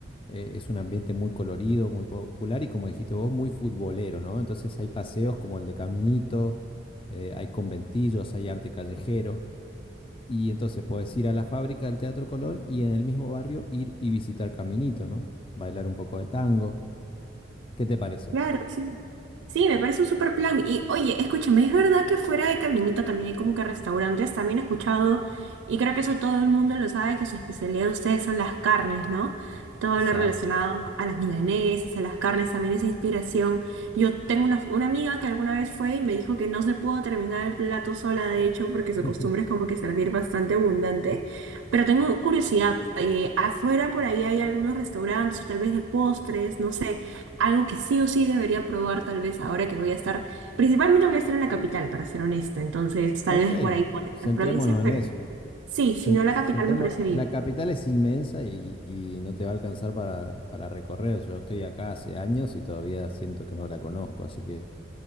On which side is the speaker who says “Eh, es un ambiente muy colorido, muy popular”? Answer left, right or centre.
Left